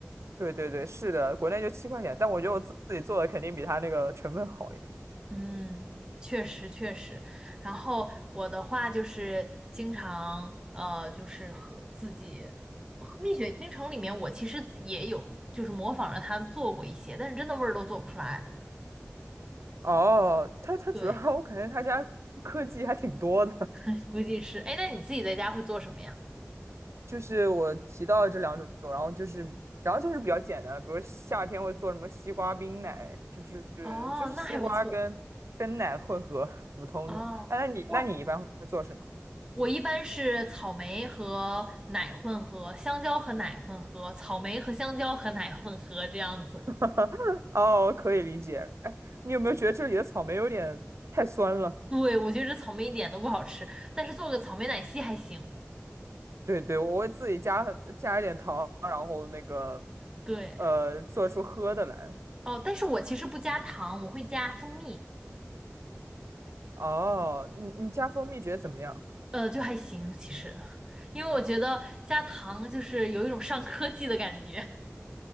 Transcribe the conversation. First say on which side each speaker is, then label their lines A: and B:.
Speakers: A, on the right (about 70°); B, on the right (about 15°).
A: 对对对，是的，国内就七块钱，但我觉得我自自己做的肯定比它那个成分好一点。
B: 嗯，确实确实。然后我的话就是经常呃，就是和自己和蜜雪冰城里面，我其实也有就是模仿着它做过一些，但是真的味儿都做不出来。
A: 哦，它它主要
B: 对，
A: <laughs> 我感觉它家科技还挺多的。
B: <laughs> 估计是。哎，那你自己在家会做什么呀？
A: 就是我提到的这两种，然后就是，然后就是比较简单，比如夏天会做什么西瓜冰奶，就是就是西瓜跟跟奶混合，
B: 哦，那还不错。
A: 普通的。
B: 哦，
A: 哎，那你那你一般会做什么？
B: 哇，我一般是草莓和奶混合，香蕉和奶混合，草莓和香蕉和奶混合这样子。
A: <laughs> 哦，可以理解。哎，你有没有觉得这里的草莓有点太酸了？
B: 对，我觉得草莓一点都不好吃，但是做个草莓奶昔还行。
A: 对对，我会自己加很加一点糖，然后那个
B: 对，
A: 呃做出喝的来。
B: 哦，但是我其实不加糖，我会加蜂蜜，
A: 哦，你你加蜂蜜觉得怎么样？
B: 呃，就还行其实，因为我觉得加糖就是有一种上科技的感觉。